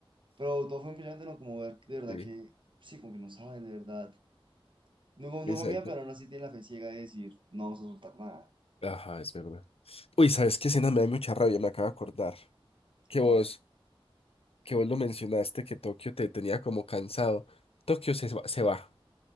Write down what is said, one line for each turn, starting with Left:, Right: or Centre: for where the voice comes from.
Right: Pero todo fue impresionante, ¿no? Como ver de verdad
Left: sí,
Right: que, sí, como que no saben de verdad No, con-
Left: exacto.
Right: no confía, pero aún así tiene la fe ciega de decir, no vamos a soltar nada.
Left: Ajá, es verdad. Uy, ¿sabes qué escena me da mucha rabia? Me acabo de acordar. Que
Right: ¿Cuál?
Left: vos... que vos lo mencionaste, que Tokio te tenía como cansado. Tokio se, va- se va